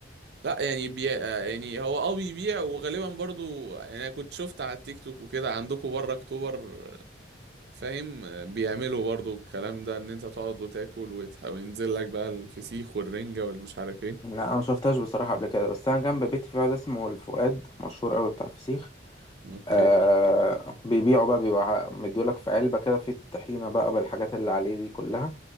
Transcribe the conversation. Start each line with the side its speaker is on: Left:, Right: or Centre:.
Right: لا يعني بي... آه، يعني هو اه بيبيع وغالبا برضو يعني انا كنت شفت على التيك توك وكده عندكم بره اكتوبر فاهم بيعملوا برضو الكلام ده ان انت تقعد وتاكل ويتح- وينزل لك بقى الفسيخ والرنجة والمش عارف ايه
Left: لا انا ما شفتهاش بصراحه قبل كده بس انا جنب بيتي في واحد اسمه الفؤاد مشهور قوي بتاع فسيخ
Right: اوكي
Left: آه بيبيعوا بقى بيبقى مديولك في علبه كده في الطحينه بقى بالحاجات اللي عليه دي كلها